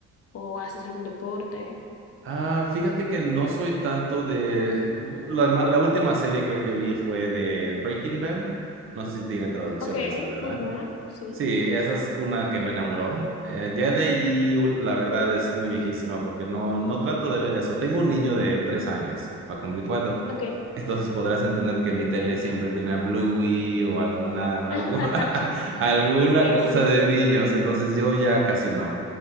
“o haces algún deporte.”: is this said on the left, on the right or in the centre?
Left